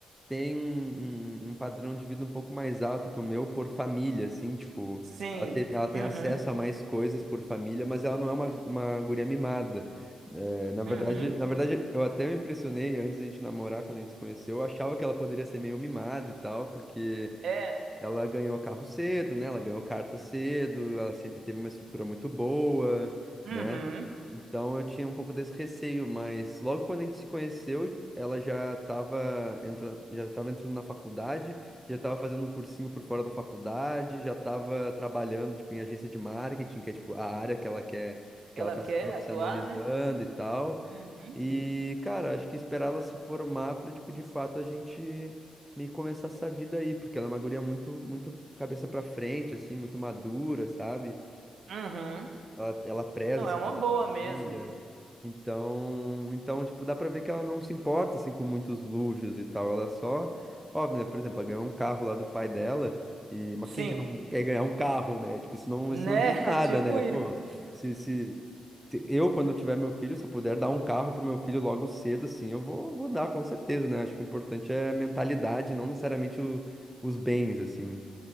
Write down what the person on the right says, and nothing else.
Sim.
Uhum.
Uhum.
É.
Uhum.
Ela
quer
atuar, né?
Uhum.
Uhum.
Não,
é uma
boa
mesmo.
Sim,
né?
<laughs>
Tipo
isso.